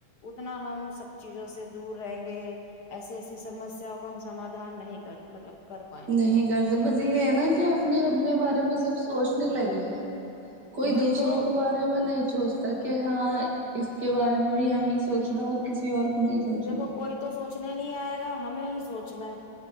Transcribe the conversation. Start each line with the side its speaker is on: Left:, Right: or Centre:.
Left: اتنا ہم سب چیزوں سے دور رہیں گے ایسی ایسی سمسیا کا ہم سمادھان نہیں مطلب کر پائیں
Right: نہیں
Left: گے ہم
Right: کرتے
Left: لوگ
Right: بس یہ ہے نا کہ اپنے اپنے بارے میں سب سوچنے لگے کوئی
Left: وہی
Right: دوسروں
Left: تو
Right: کے بارے میں نہیں سوچتا کہ ہاں اس کے بارے میں بھی ہمیں سوچنا اور کسی اور کو نہیں سوچنا
Left: دیکھو کوئی تو سوچنے نہیں آئے گا ہمیں ہی سوچنا ہے